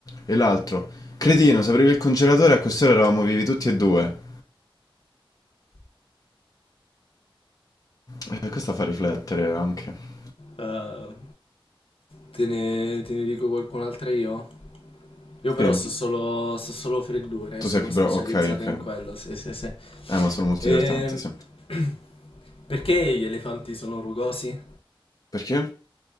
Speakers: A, on the left; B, on the left.
A: E l'altro, cretino, se aprivi il congelatore a quest'ora eravamo vivi tutti e due. Eh, questo fa riflettere anche.
B: Eh, te, ne, te ne dico qualcun'altra io? Io però
A: Sì,
B: so solo, so solo freddure,
A: tu
B: eh, sono
A: sei più
B: specializzato
A: bravo. Ok, ok.
B: in quello, sì, sì, sì.
A: Eh, ma sono molto
B: Ehm,
A: divertenti, sì.
B: <clears throat> perché gli elefanti sono rugosi? Eh,
A: Perché?